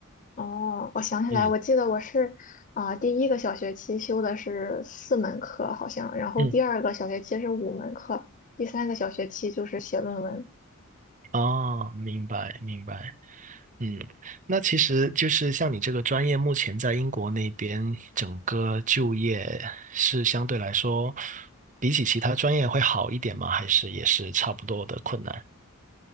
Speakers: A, on the left; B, on the right.
A: 哦，我想起来，
B: 嗯
A: 我记得我是啊、第一个小学期修的是四门课，好像，然后第二个小学期是五门课，
B: 嗯，
A: 第三个小学期就是写论文。
B: 哦，明白明白。嗯，那其实就是像你这个专业，目前在英国那边整个就业是相对来说，比起其他专业会好一点吗？还是也是差不多的困难？